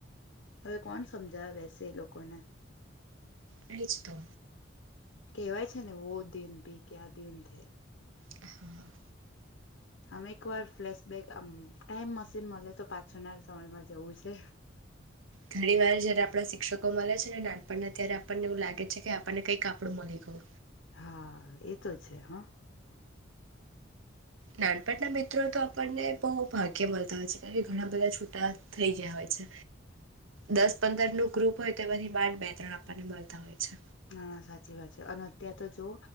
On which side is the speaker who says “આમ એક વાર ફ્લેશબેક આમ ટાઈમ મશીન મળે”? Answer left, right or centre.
Left